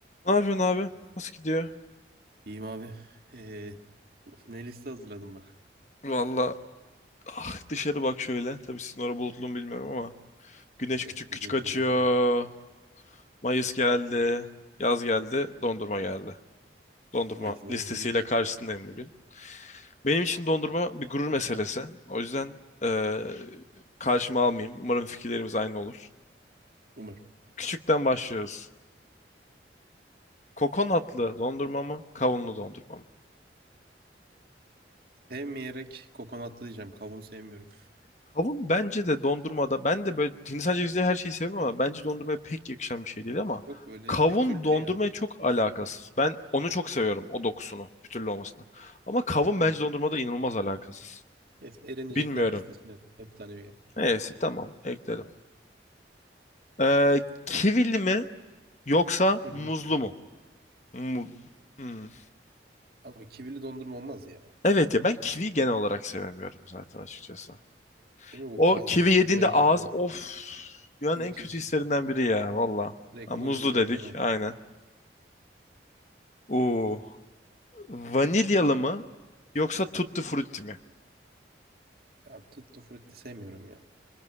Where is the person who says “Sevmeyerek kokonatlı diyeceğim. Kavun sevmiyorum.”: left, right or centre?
Right